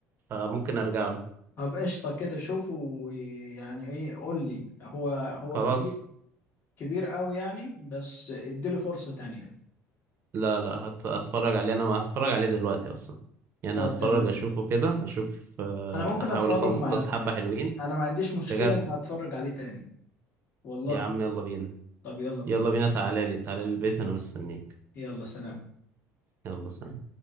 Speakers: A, on the right; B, on the left.
A: فممكن ارجع له
B: طب قشطه كده شوفه ويعني ايه قول لي هو هو
A: خلاص
B: كبير كبير قوي يعني بس اديله فرصة تانية
A: لا لا هت... هتفرج عليه انا ما هتفرج عليه دلوقتي اصلا يعني
B: طب
A: هتفرج
B: تمام
A: اشوفه كده اشوف آه،
B: انا ممكن
A: احاول
B: اتفرج
A: اخلص
B: معاك
A: حبة حلوين
B: انا ما عنديش مشكلة
A: بجد
B: ان اتفرج عليه تاني والله
A: يا عم يلا بينا
B: طب يلا بينا
A: يلا بينا تعالى لي تعالى لي البيت انا مستنيك
B: يلا سلام
A: يلا سلام